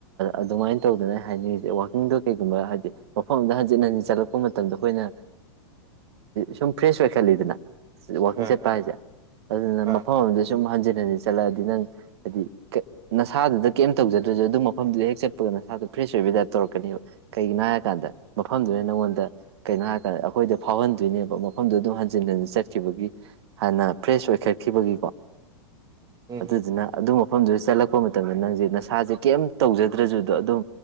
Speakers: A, on the right; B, on the right.
A: ꯑꯗꯨꯃꯥꯏꯅ ꯇꯧꯗꯅꯦ ꯍꯥꯏꯅꯤꯡ ꯋꯥꯋꯥꯛꯀꯤꯡꯗꯣ ꯀꯩꯒꯨꯝꯕ ꯍꯥꯏꯕꯗꯤ ꯃꯐꯝꯗ ꯍꯟꯖꯤꯟ ꯍꯟꯖꯤꯟ ꯆꯠꯂꯛꯄ ꯃꯇꯝꯗ ꯑꯩꯈꯣꯏꯅ ꯁꯨꯝ ꯐ꯭ꯔꯦꯁ ꯑꯣꯏꯈꯠꯂꯤꯗꯅ ꯋꯥꯀꯤꯡ
B: ꯑꯥ
A: ꯆꯠꯄ
B: ꯑꯥ
A: ꯍꯥꯏꯁꯦ ꯑꯗꯨꯅ ꯃꯐꯝ
B: ꯑꯥ
A: ꯑꯃꯗ ꯁꯨꯝ ꯍꯟꯖꯤꯟ ꯎꯝ ꯆꯠꯂꯛꯑꯗꯤ ꯅꯪ ꯍꯥꯏꯗꯤ ꯅꯁꯥꯗꯨꯗ ꯀꯩꯝ ꯇꯧꯖꯗ꯭ꯔꯁꯨ ꯑꯗꯨꯝ ꯃꯐꯝꯗꯨꯗ ꯍꯦꯛ ꯆꯠꯄꯒ ꯅꯁꯥꯗꯨꯣ ꯐ꯭ꯔꯦꯁ ꯑꯣꯏꯕꯒꯤꯗꯥꯏꯞ ꯇꯧꯔꯛꯀꯅꯦꯕ ꯀꯩꯒꯤꯅꯣ ꯍꯥꯏꯔꯀꯥꯟꯗ ꯃꯐꯝꯗꯨꯅ ꯅꯪꯉꯣꯟꯗ ꯀꯩꯅꯅꯣ ꯍꯥꯏꯔꯀꯥꯟꯗ ꯑꯩꯈꯣꯏꯗ ꯐꯥꯎꯍꯟꯗꯣꯏꯅꯦꯕ ꯃꯐꯝꯗꯣ ꯑꯗꯨꯝ ꯍꯟꯖꯤꯟ ꯍꯟꯖꯤꯟ ꯆꯠꯈꯤꯕꯒꯤ ꯍꯥꯟꯅ ꯐ꯭ꯔꯦꯁ ꯑꯣꯏꯈꯠꯈꯤꯕꯒꯤꯀꯣ
B: ꯎꯝ
A: ꯑꯗꯨ
B: ꯍꯝ
A: ꯑꯗꯨꯅ ꯑꯗꯨꯝ ꯃꯐꯝꯗꯨꯗ ꯆꯠꯂꯛꯄ ꯃꯇꯝꯗ ꯅꯪꯁꯦ ꯅꯁꯥꯁꯦ ꯀꯩꯝ ꯇꯧꯖꯗ꯭ꯔꯖꯗꯣ ꯑꯗꯨꯝ